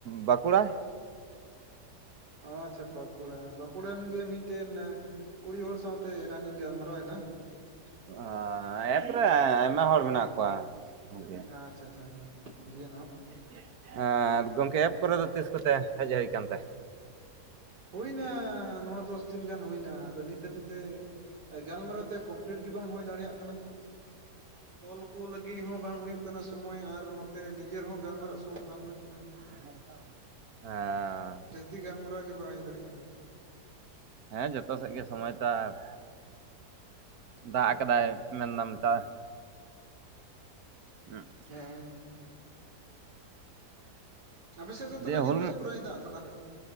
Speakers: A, on the right; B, on the right.
A: ᱵᱟᱸᱠᱩᱲᱟ
B: ᱚ ᱟᱪᱷᱟ ᱵᱟᱸᱠᱩᱲᱟ ᱵᱟᱸᱠᱩᱲᱟ <unintelligible> ᱮᱱ ᱜᱮ ᱢᱤᱫᱴᱮᱱ ᱠᱩᱲᱤ ᱦᱚᱲ ᱥᱟᱶᱛᱮ ᱮᱱᱟᱱᱤᱧ ᱜᱟᱞᱢᱟᱨᱟᱣ ᱮᱱᱟ
A: <unintelligible> ᱮᱯᱨᱮ <unintelligible> ᱟᱭᱢᱟ ᱦᱚᱲ ᱢᱮᱱᱟᱜ ᱠᱚᱣᱟ ᱜᱚᱝᱠᱮ
B: ᱟᱪᱪᱷᱟ ᱟᱪᱪᱷᱟ ᱦᱮᱸ <unintelligible>
A: <unintelligible> ᱜᱚᱢᱠᱮ ᱮᱯ ᱠᱚᱨᱮ ᱫᱚ ᱛᱤᱥ ᱠᱚᱛᱮ ᱦᱮᱡ ᱦᱩᱭ ᱟᱠᱟᱱ ᱛᱮ
B: ᱦᱩᱭ ᱮᱱᱟ ᱱᱚ ᱫᱚᱥ ᱫᱤᱱ ᱜᱟᱱ ᱦᱩᱭ ᱮᱱᱟ ᱟᱫᱚ ᱱᱤᱛ ᱦᱟᱹᱵᱤᱡ ᱛᱮ ᱜᱟᱞᱢᱟᱨᱟᱣ ᱛᱮ <unintelligible> <unintelligible> ᱞᱤᱴ ᱜᱮ ᱵᱟᱝ ᱦᱩᱭ ᱫᱟᱲᱮᱭᱟᱜ ᱠᱟᱱᱟ ᱠᱚᱞ ᱠᱚ ᱞᱟᱹᱜᱤᱫ ᱦᱚᱸ ᱵᱟᱝ ᱦᱩᱭᱩᱜ ᱠᱟᱱᱟ ᱥᱚᱢᱚᱭ ᱟᱨ ᱱᱚᱛᱮ ᱱᱤᱡᱮᱨ ᱦᱚᱸ ᱜᱟᱞᱢᱟᱨᱟᱜ ᱥᱚᱢᱚᱭ ᱵᱟᱝ ᱦᱩᱭᱩᱜ ᱠᱟᱱᱟ᱾
A: <unintelligible> <inaudible> ᱮᱸ <unintelligible>
B: ᱡᱟᱹᱥᱛᱤ ᱜᱟᱞᱢᱟᱨᱟᱜ ᱜᱮ ᱵᱟᱝ ᱦᱩᱭᱩᱜ <unintelligible> ᱫᱟᱲᱮᱭᱟᱜ ᱠᱟᱱᱟ
A: ᱦᱮᱸ ᱡᱚᱛᱚ ᱥᱮᱫ ᱜᱮ ᱥᱚᱢᱚᱭ ᱛᱟ <unintelligible> ᱫᱟᱜ ᱟᱠᱟᱫᱟᱭ ᱢᱮᱱᱫᱟᱢ ᱫᱟᱜ <unintelligible>
B: ᱦᱮᱸ ᱟᱯᱮ ᱥᱮᱫ ᱫᱚ
A: ᱫᱤᱭᱮ
B: ᱛᱚᱵᱮ ᱱᱤᱛ
A: ᱦᱩᱞ
B: ᱫᱚ ᱯᱩᱨᱟᱹᱭ ᱫᱟᱜ ᱟᱠᱟᱫᱟ